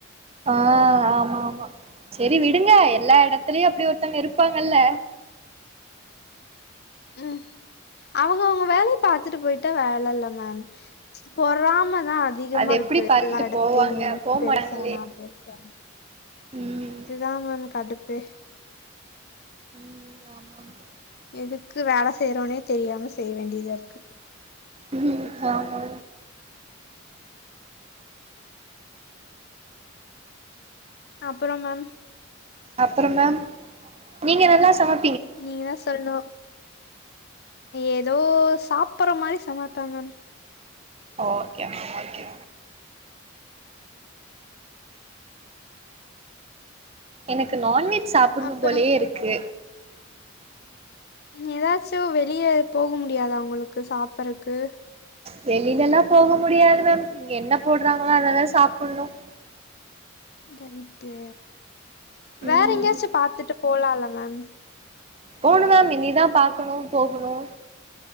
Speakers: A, on the right; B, on the left.
A: ஆஹ் ஆமா ஆமா சேரி விடுங்க எல்லா இடத்துலயும் அப்டி ஒருத்தங்க இருப்பாங்கல்ல
B: உம் அவங்க அவங்க வேலய பாத்துட்டு போயிட்டா வேல இல்ல மேம் பொறாம அதிகமா
A: அது
B: இருக்கு
A: எப்டி பாத்துட்டு
B: எல்லா இடத்தையுமே
A: போவாங்க
B: நீ
A: போ
B: பெருசா
A: மாட்டாங்களே
B: நா பெருசா
A: ம்
B: அதுதான் மேம் கடுப்பே
A: உ ஆமாமா
B: எதுக்கு வேல செய்யறோனே தெரியாம செய்ய வேண்டியத இருக்கு
A: உம் ஆமா ஆமா
B: அப்பறம் மேம்
A: அப்பறம் மேம் நீங்க நல்லா சமை
B: நீங்க தான் சொல்லணும் ஏதோ சாப்பற மாரி சமைப்பேன் மேம்
A: ஒகே ஒகே எனக்கு நான்வெஜ் சாப்பிடணும்
B: அப்புறம்
A: போலயே இருக்கு
B: ஏதாச்சும் வெளிய போக முடியாதா உங்களுக்கு சாப்பறக்கு
A: வெளிலல்லாம் போக முடியாது மேம் என்ன போடுறாங்களோ அத‌தான் சாப்பிடணும்
B: ரைட்டு
A: ம்
B: வேற எங்கயாச்சும் பாத்துட்டு போலல்லா மேம்
A: போணு மேம் இனிதான் பாக்கணும் போகணும்